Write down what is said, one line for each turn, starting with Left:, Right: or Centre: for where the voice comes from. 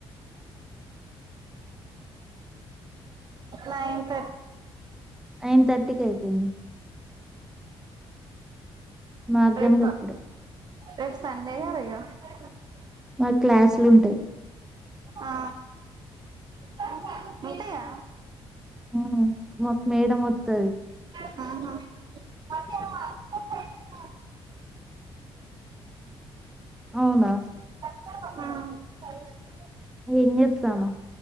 Right: నైంతు
Centre: నైన్ థర్టీకి అయిపోయింది మాగ్
Right: రేపు
Centre: గనూక అప్పుడే
Right: రేపు సండే కదా ఇగ
Centre: మాకు క్లాసులంటాయి
Right: ఆ అంతేగా
Centre: ఉమ్, మాకు మేడం వత్తది
Right: ఆహా
Centre: అవునా
Right: ఆ
Centre: ఏం చెత్తన్నావ్